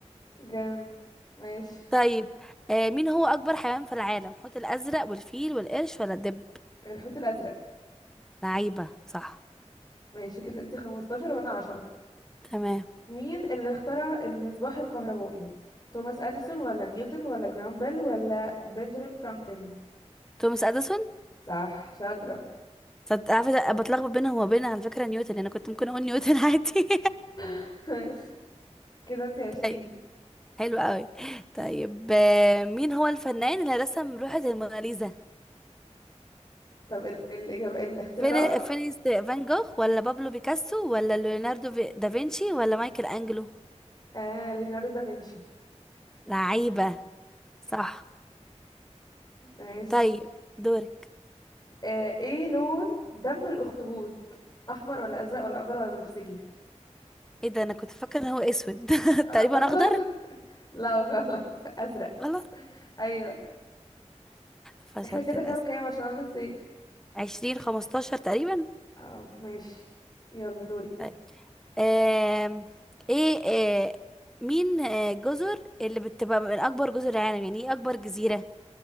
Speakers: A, on the left; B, in the centre.
A: جامد ماشي
B: طيب آه مين هو أكبر حيوان في العالم حوت الأزرق والفيل والقرش ولا الدب
A: الحوت الأزرق
B: لعيبة صح
A: ماشي كده انت 15 وانا 10
B: تمام
A: مين اللي اخترع المصباح الكهربائي توماس اديسون ولا نيوتن ولا جرام بيل ولا بنجامين فرانكلين
B: توماس أديسون
A: صح شاطرة
B: صد- عارفة ده- بتلخبط بينهم وبين على فكرة نيوتن أنا كنت ممكن أقول نيوتن <laughs> عادي
A: <laughs> ماشي كده انت 20
B: طيب حلو قوي طيب آه، مين هو الفنان اللي رسم لوحة الموناليزا
A: طب ال الإجابة الاختيارات
B: فين فينيس فان جوخ ولا بابلو بيكاسو ولا ليوناردو في- دافنشي ولا مايكل أنجلو
A: آه ليوناردو دافنشي
B: لعيبة صح
A: ماشي
B: طيب دورك
A: آه ايه لون دم الأخطبوط أحمر ولا أزرق ولا أخضر ولا بنفسجي
B: ايه ده انا كنت فاكره ان هو اسود <laughs>
A: آه
B: تقريبا
A: أصلا
B: اخضر
A: <laughs> لا غلط أزرق
B: غلط
A: أيوه
B: فشلت
A: احنا كده
B: للأسف
A: كام كام عشان انا نسيت
B: عشرين خمستاشر تقريبا
A: اه ماشي يلا دورك
B: طيب. آم، ايه آه، مين آه، الجزر اللي بتبقى من أكبر جزر العالم يعني ايه أكبر جزيرة